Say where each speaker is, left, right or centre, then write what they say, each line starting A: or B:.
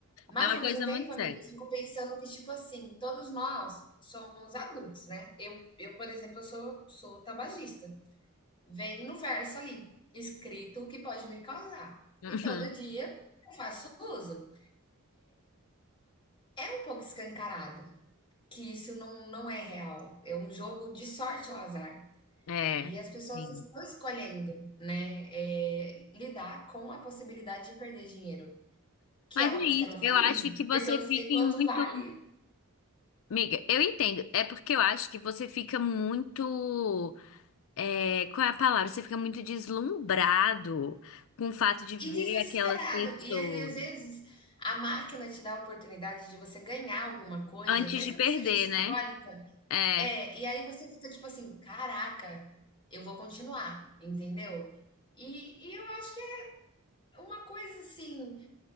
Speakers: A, on the left; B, on the left.
A: Mas,
B: É uma
A: ao
B: coisa
A: mesmo tempo,
B: muito
A: amiga,
B: séria.
A: eu fico pensando que, tipo assim, todos nós somos adultos, né? Eu, eu por exemplo, eu sou, sou tabagista. Vem no verso ali, escrito o que pode me causar.
B: Uhum,
A: E todo dia eu faço uso. É um pouco escancarado que isso não, não é real. É um jogo de sorte ao azar.
B: é,
A: E as pessoas
B: sim.
A: estão escolhendo, né, é, lidar com a possibilidade de perder dinheiro, que
B: Mas
A: é uma
B: é
A: coisa
B: isso.
A: que eu não faria,
B: Eu acho
A: <laughs>
B: que você
A: porque eu sei
B: fica
A: quanto
B: em muito.
A: vale
B: Miga. eu entendo. É porque eu acho que você fica muito. é, qual é a palavra? Você fica muito deslumbrado com o fato de ver
A: E desesperado.
B: aquelas pessoas
A: E aí, às vezes a máquina te dá a oportunidade de você ganhar alguma coisa,
B: antes
A: mesmo
B: de perder,
A: que seja simbólica.
B: né? É,
A: É, e aí você fica tipo assim: "Caraca, eu vou continuar", entendeu? E e eu acho que é uma coisa assim